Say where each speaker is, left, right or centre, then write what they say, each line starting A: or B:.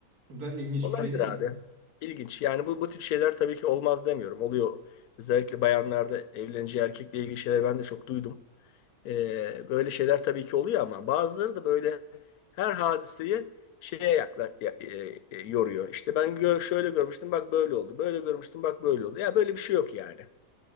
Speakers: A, on the right; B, on the left.
A: bu da ilginç
B: Olabilir
A: bir şey değil
B: abi.
A: mi?
B: İlginç. Yani bu, bu tip şeyler tabii ki olmaz demiyorum. Oluyor. Özellikle bayanlarda evleneceği erkekle ilgili şeyler ben de çok duydum. Ee, böyle şeyler tabii ki oluyor ama bazıları da böyle her hadiseyi şeye yakla, ya- e, e, yoruyor. İşte ben gö- şöyle görmüştüm bak böyle oldu. Böyle görmüştüm bak böyle oldu. Ya böyle bir şey yok yani.